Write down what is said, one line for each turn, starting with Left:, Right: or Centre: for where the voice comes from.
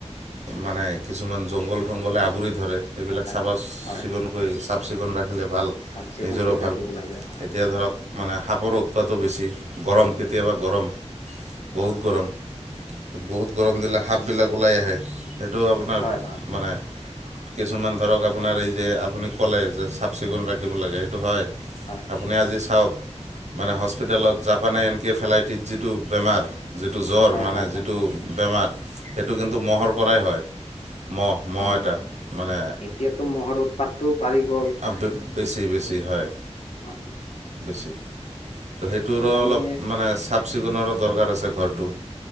Right: মানে কিছুমান জংঘল থংঘলে আৱৰি ধৰে। সেইবিলাক
Left: হয়
Right: চাফা চিকুণকৈ,
Left: হয় হয়
Right: চাফ চিকুণকৈ ৰাখিলে ভাল,
Left: চাফ চিকুণ
Right: নিজৰো
Left: কৰি
Right: ভাল।
Left: ৰাখিব লাগে হয়
Right: এতিয়া ধৰক মানে সাপৰ উৎপাতো বেছি, গৰম। কেতিয়াবা গৰম,
Left: হয়
Right: বহুত
Left: হয়
Right: গৰম। বহুত গৰম দিলে সাপবিলাক ওলাই আহে সেইটো আপোনাৰ
Left: হয় হয়
Right: মানে কিছুমান ধৰক আপোনাৰ এই যে আপুনি ক'লে যে চাফ চিকুণ ৰাখিব লাগে সেইটো হয়।
Left: হয়
Right: আপুনি আজি চাওক মানে হস্পিতেলত যাপ মানে এনকৈ ফেলাইটিছ যিটো বেমাৰ যিটো জ্বৰ
Left: হয়
Right: মানে
Left: হয় হয়
Right: যিটো
Left: হয়
Right: বেমাৰ সেইটো কিন্তু মহৰ পৰাই হয়। মহ, মহ
Left: অ
Right: এটা
Left: অ
Right: মানে
Left: এতিয়াতো মহৰ উৎপাতটো বাঢ়ি গ'ল
Right: <unintelligible> বেছি বেছি হয়
Left: অ
Right: বেছি। তো সেইটোৰ
Left: ত' আমি
Right: অলপ মানে চাফ চিকোনৰো দৰকাৰ আছে ঘৰটো